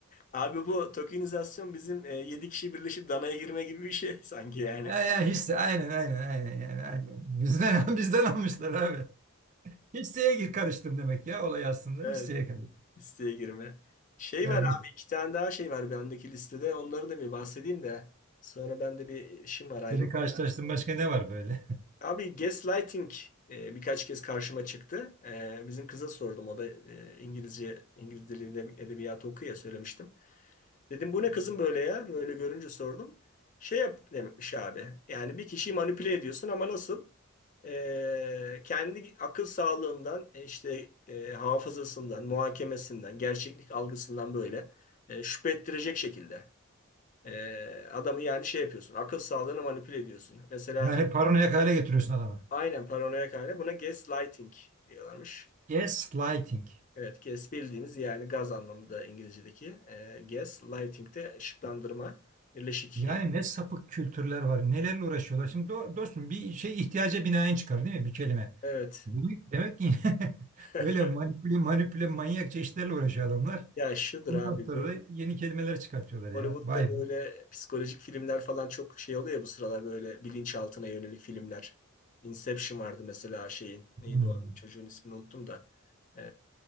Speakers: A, on the left; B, on the right.
A: Abi bu tokenizasyon bizim e, 7 kişi birleşip danaya girme gibi bir şey <laughs> sanki yani.
B: He, ya hisse aynen aynen aynen yani aynen. Bizden <laughs> bizden almışlar abi. Hisseye gir karıştım demek ya olay aslında
A: Evet.
B: hisseye karıştım.
A: Listeye girme. Şey
B: Yani
A: var abi iki tane daha şey var bendeki listede. Onları da bir bahsedeyim de. Sonra bende bir işim var ayrılmam.
B: seni karşılaştım başka ne var böyle? <laughs>
A: Abi gaslighting e, birkaç kez karşıma çıktı. E, bizim kıza sordum. O da e, İngilizce, İngiliz dili edeb- edebiyatı okuyor ya söylemiştim. Dedim bu ne kızım böyle ya? Böyle görünce sordum. Şey yap demekmiş abi. Yani bir kişiyi manipüle ediyorsun ama nasıl? Ee, kendi akıl sağlığından işte e, hafızasından, muhakemesinden, gerçeklik algısından böyle e, şüphe ettirecek şekilde. Ee, adamı yani şey yapıyorsun. Akıl sağlığını manipüle ediyorsun. Mesela
B: Yani paranoyak hale getiriyorsun adamı.
A: aynen paranoyak hale buna gaslighting diyorlarmış.
B: Gaslighting.
A: Evet, gas bildiğimiz yani gaz anlamında İngilizce'deki. E, gaslighting de ışıklandırma, birleşik
B: Yani
A: yazı.
B: ne sapık kültürler var, nelerle uğraşıyorlar. Şimdi do- dostum bir şey ihtiyaca binaen çıkar değil mi bir kelime?
A: Evet.
B: Demek, demek ki <laughs>
A: <laughs>
B: böyle manipüle manipüle manyakça işlerle uğraşıyor adamlar.
A: Ya şudur
B: Ondan
A: abi
B: sonra
A: bu
B: da yeni kelimeler çıkartıyorlar ya.
A: Hollywood'da
B: Vay
A: böyle
B: be.
A: psikolojik filmler falan çok şey oluyor ya bu sıralar böyle bilinçaltına yönelik filmler. Inception vardı mesela şeyin. Neydi
B: Hmm.
A: o? Çocuğun ismini unuttum da. Ee,